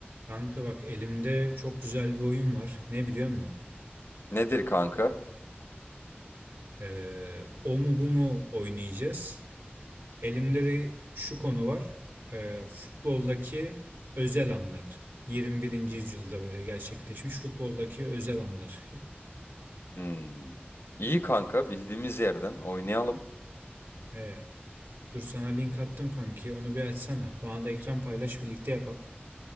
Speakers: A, on the right; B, on the left.
A: Kanka bak elimde çok güzel bir oyun var. Ne biliyor musun?
B: Nedir kanka?
A: Ee, o mu bu mu oynayacağız. Elimde de şu konu var. Ee, futboldaki özel anlar. 21. yüzyılda böyle gerçekleşmiş futboldaki özel anlar.
B: Hmm. İyi kanka bildiğimiz yerden oynayalım.
A: Ee, dur sana link attım kanki. Onu bir açsana. Bana da ekran paylaş birlikte yapak.